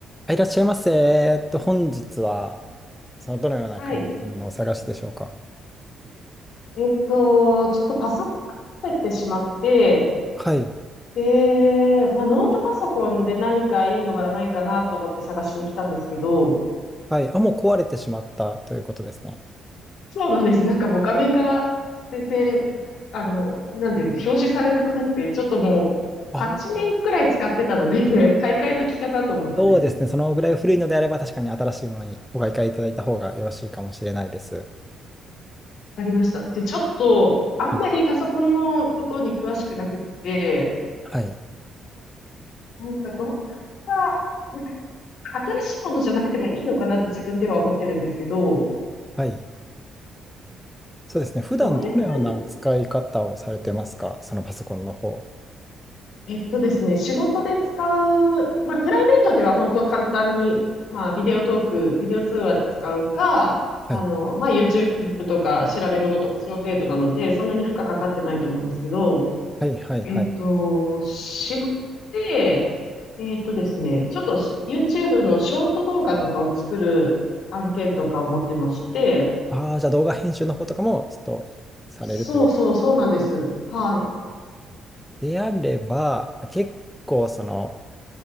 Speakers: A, in the centre; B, on the left (about 70°).
A: あいらっしゃいませ。えっと、本日は、その、どのような感じのものをお探しでしょうか。
B: はい。えっと、ちょっとパソコンを壊ってしまって、
A: はい。
B: で、まあ、ノートパソコンで何かいいのがないかなと思って探しに来たんですけど、
A: はい。あ、もう壊れてしまったということですね。
B: そうなんです。なんかもう画面が全然、あの、なんで、表示されなくなって、ちょっともう8年くらい使ってたので、
A: ああ。
B: <laughs> 買い替え時かなと思ってですね。
A: そうですね。そのぐらい古いのであれば、確かに新しいものにお買い替えいただいた方がよろしいかもしれないです。
B: わかりました。で、ちょっと、あんまりパソコンのことに詳しくなくって、
A: はい。はい。
B: なんか動画は、なんか新しいものじゃなくてもいいのかなって自分では思ってるんですけど、
A: はい。そうですね。普段どのようなお使い方をされてますかそのパソコンの方。
B: どういうふうに、えっとですね、仕事で使う、まあ、プライベートでは本当簡単に、まあ、ビデオトーク、ビデオ通話で使うか、
A: はい。
B: あの、まあ、YouTube とか調べ物とかその程度なので、そんなに負荷かかってないと思うんですけど、
A: はい、はい、
B: えっと、
A: はい。
B: 仕事で、えっとですね、ちょっと YouTube のショート動画とかを作る案件とかを持ってまして、
A: ああ、じゃあ動画編集の方とかも、ちょっと、されるという。
B: そうそう、そうなんです。はい。
A: であれば、結構その、